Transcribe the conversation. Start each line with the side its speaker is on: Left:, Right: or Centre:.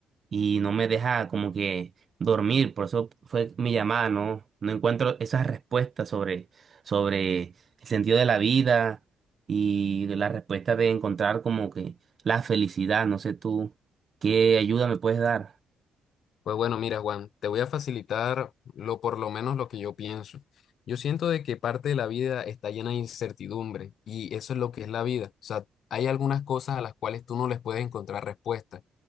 Right: y no me deja como que dormir, por eso fue mi llamada, ¿no? No encuentro esas respuestas sobre, sobre el sentido de la vida y la respuesta de encontrar como que la felicidad, no sé tú, ¿qué ayuda me puedes dar?
Left: Pues bueno, mira, Juan, te voy a facilitar lo por lo menos lo que yo pienso. Yo siento de que parte de la vida está llena de incertidumbre y eso es lo que es la vida. O sea, hay algunas cosas a las cuales tú no les puedes encontrar respuesta.